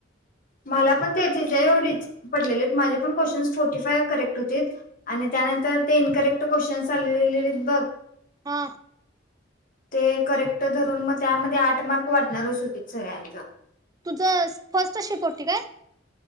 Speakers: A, on the left; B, on the right.
A: मला पण त्याचेच एवढीच पडलेलेत माझे पण क्वेचन् फोर्टी फाय करेक्ट होते आणि त्यानंतर ते इनकरेक्ट क्वेशन्स आलेलेले त बघ
B: हा
A: ते करेक्ट धरून म त्यामध्ये आठ मार्क वाटणारच होते सगळ्यांच
B: तुझ फर्स्ट शिप होती काय?